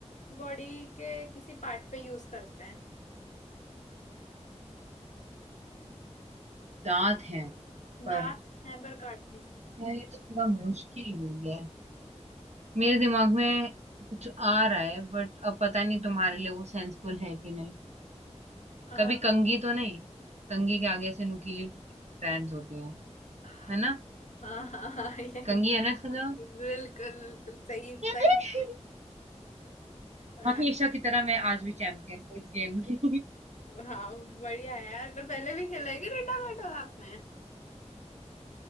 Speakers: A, on the left; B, on the right.
A: बॉडी के किसी पार्ट पे यूज करते हैं
B: दांत हैं पर
A: दांत हैं पर काट नहीं सकती
B: यार ये तो थोड़ा मुश्किल हो गया है मेरे दिमाग में कुछ आ रहा है बट अब पता नहीं तुम्हारे लिए वो सेंसफुल है कि नहीं
A: आ,
B: कभी कंघी तो नहीं कंघी के आगे ऐसे नुकीली स्ट्रैंड्स होती हैं
A: हाँ
B: है ना
A: हाँ हाँ, <laughs> यही
B: कंघी है ना इसका जवाब
A: बिल्कुल बिल्कुल सही
B: <laughs>
A: सही जवाब हाँ
B: हमेशा की तरह मैं आज भी चैंपियन हूँ इस गेम की
A: हाँ, बढ़िया है यार तो पहले भी खेला है क्या डंडा बैठा आपने